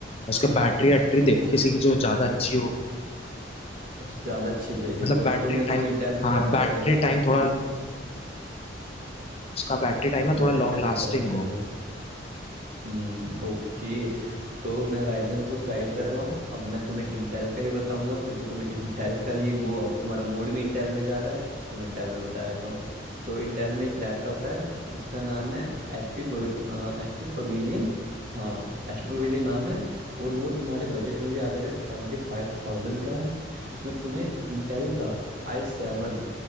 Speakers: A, on the left; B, on the right.
A: उसके बैटरी वैटरी
B: अच्छा
A: देखो किसी की जो ज्यादा अच्छी हो
B: अच्छा ज़्यादा अच्छी चाहिए
A: मतलब
B: तो
A: बैटरी
B: तो मेरे
A: टाइम
B: को इंटेल
A: हाँ
B: में जाना
A: बैटरी
B: पड़ेगा
A: टाइम थोड़ा उसका
B: चलो
A: बैटरी टाइम ना
B: बैटरी
A: थोड़ा लॉन्ग
B: टाइम
A: लास्टिंग
B: ज़्यादा चाहिए
A: हो
B: हम्म ओके तो मैं राइजन को साइड कर रहा हूँ अब मैं तुम्हें इंटेल का ही बताऊंगा क्योंकि तुम्हें <laughs> इंटेल का ही वो अब तुम्हारा मूड भी इंटेल में जा रहा है तो मैं इंटेल में बता देता हूँ तो इंटेल में एक लैपटॉप है उसका नाम है एच पी हाँ एच पी पवेलियन हाँ एच पी पवेलियन नाम है और वो तुम्हारे बजट में भी आ जाएगा सेवेंटी फाइव थाउजेंड का है उसमें तुम्हें इंटेल का I seven